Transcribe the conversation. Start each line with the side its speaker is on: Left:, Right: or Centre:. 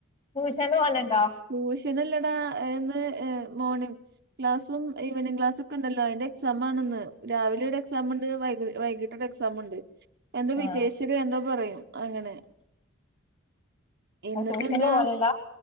Left: ട്യൂഷന് പോവലുണ്ടോ
Right: ട്യൂഷനല്ലടാ ഇന്ന് ഏഹ് മോണിംഗ് ക്ലാസും ഈവനിംഗ് ക്ലാസൊക്കണ്ടലൊ അയിന്റെ എക്സാമാണ്ന്ന് രാവിലെടെ എക്സാമ്ണ്ട് വൈകിട്ടൊരക്സാമ്ണ്ട് എന്ത വിജയശ്രി
Left: ആഹ്
Right: എന്തൊ പറയും അങ്ങനെ എന്നിട്ടെന്താ
Left: ട്യൂഷന് പോവലില്ല